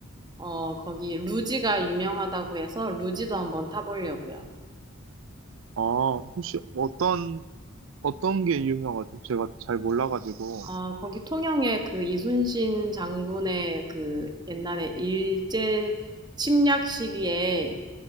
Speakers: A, on the right; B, on the right.
A: 어, 거기 루지가 유명하다고 해서 루지도 한번 타보려고요.
B: 아, 혹시 어떤, 어떤 게 유명하죠? 제가 잘 몰라가지고.
A: 아 거기 통영에 그 이순신 장군의 그 옛날에 일제 침략 시기에